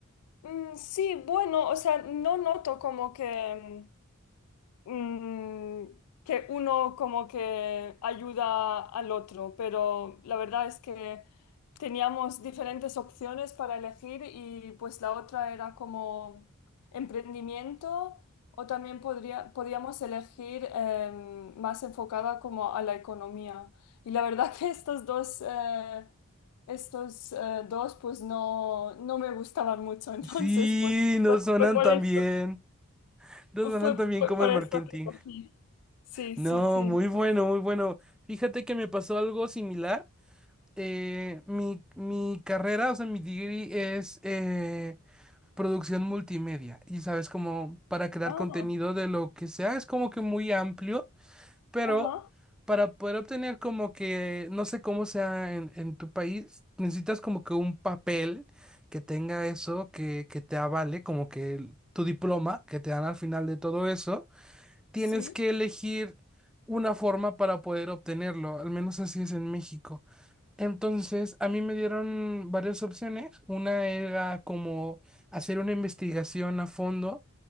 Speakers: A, on the left; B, in the centre.
A: Mm, sí, bueno, o sea, no noto como que... mm, mm, que uno como que ayuda al otro, pero la verdad es que teníamos diferentes opciones para elegir y pues la otra era como emprendimiento o también podría, podíamos elegir em, más enfocada como a la economía. Y la verdad <laughs> que estos dos... eh, estos eh, dos pues no, no me gustaban mucho, <laughs> entonces
B: Sí,
A: pues,
B: no
A: pues
B: suenan
A: fue por
B: tan
A: eso
B: bien. No
A: pues
B: suenan
A: Fue,
B: tan bien
A: fue
B: como
A: por
B: el
A: esto
B: marketing.
A: que cogí. Sí,
B: No,
A: sí, sí.
B: muy bueno, muy bueno. Fíjate que me pasó algo similar. Eh, mi, mi carrera, o sea, mi degree es eh, producción multimedia. Y sabes, como para crear
A: Ah,
B: contenido de lo que sea, es como que muy amplio, pero
A: ajá,
B: para poder obtener como que, no sé cómo sea en, en tu país, necesitas como que un papel que tenga eso, que, que te avale, como que el- tu diploma que te dan al final de todo eso tienes
A: sí.
B: que elegir una forma para poder obtenerlo, al menos así es en México. Entonces, a mí me dieron varias opciones. Una era como hacer una investigación a fondo